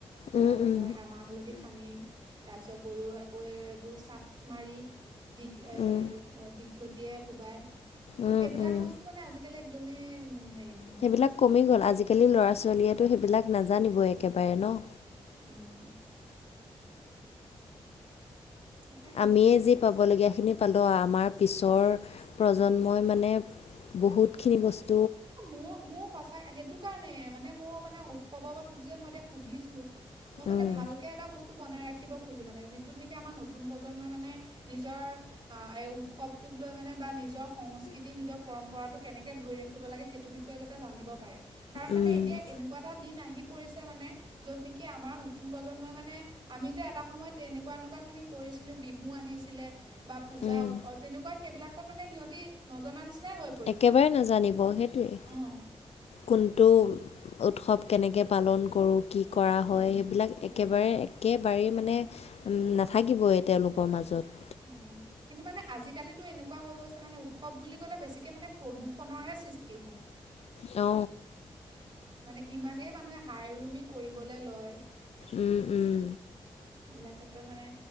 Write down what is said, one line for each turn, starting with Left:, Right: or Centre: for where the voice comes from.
Left: উম,
Right: অ
Left: উম,
Right: বা- হা- মাহ হালধি সানি, তাৰপিছত গৰু আকৌ এইবোৰ চাপ মাৰি দীঘ- এই
Left: উম,
Right: দীঘলতিৰে কোবায়,
Left: উম,
Right: সেইবিলাক
Left: উম।
Right: বস্তু মানে আজি কালি একদমেই হেৰি নহ
Left: সেইবিলাক কমি গ'ল। আজিকালিৰ ল'ৰা ছোৱালীয়েতো সেইবিলাক নাজানিবই একেবাৰে ন'।
Right: উম। সঁচাকে
Left: আমিয়ে
Right: মানে
Left: যি পাবলগীয়াখিনি পালোঁ। আমাৰ পিছৰ
Right: ভাল
Left: প্ৰজন্মই মানে বহুতখিনি বস্
Right: অ' মোৰ- মোৰ সঁচা- সেইটো কাৰণেই, মানে মোৰ মানে উৎসৱৰ ওপৰত তোক যে মই এতিয়া সুধিছোঁ মই মানে
Left: উম
Right: ভালকে এটা বস্ তু বনাই ৰাখিব খোজোঁ মানে, যিটোত নেকি আমাৰ নতুন প্ৰজন্মই মানে নিজৰ আ এই উৎসৱটোক লৈ মানে বা নি জৰ সংস্কৃতি, নিজৰ পৰম্পৰাটো কেনেকে ধৰি ৰাখিব লাগে, সেইটো বিষয়ে যাতে জানিব পাৰে। কাৰণ মানে
Left: উম
Right: এতিয়া এনেকুৱা এটা দিন আহি পৰিছে মানে, য'ত নেকি আমাৰ নতুন প্ৰজন্মই মানে আমি যে এটা সময়ত এনেকুৱা এনেকুৱাখিনি কৰিছিলোঁ, বিহু আহিছিলে, বা পূজা,
Left: উম,
Right: উৎস, তেনেকুৱা সেইবিলাকৰ মানে সিহঁতি নজনা নিচিনাই হৈ পৰিব
Left: একেবাৰে নাজানিব, সেইটোৱেই।
Right: অ
Left: কোনটো উৎসৱ কেনেকে পালন কৰোঁ। কি কৰা
Right: উম,
Left: হয়, সেইবিলাক
Right: উম,
Left: একেবাৰে একেবাৰেই
Right: একেবাৰে
Left: মানে নাথা কিবই তেওঁলোকৰ মাজত।
Right: অ'। কিন্তু মানে আজিকালিতো এনেকুৱা হৈ গৈছে মানে উৎসৱ বুলি ক'লে বেছিকৈ মানে প্ৰদূষণৰহে সৃষ্টি হয়।
Left: অ।
Right: মানে ইমানেই মানুহে হাই ৰুমি কৰিবলৈ লয়
Left: উম উম।
Right: সেইবিলাকেতো ক্ষেত্ৰত মানে